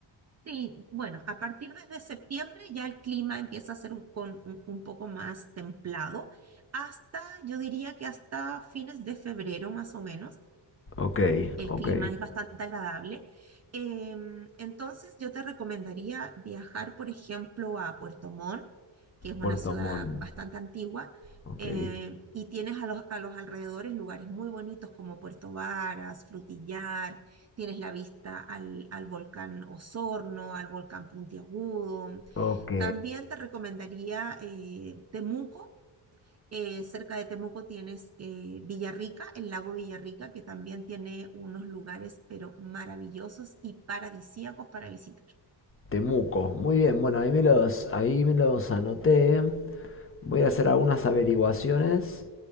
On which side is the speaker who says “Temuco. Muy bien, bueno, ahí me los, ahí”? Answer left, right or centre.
Left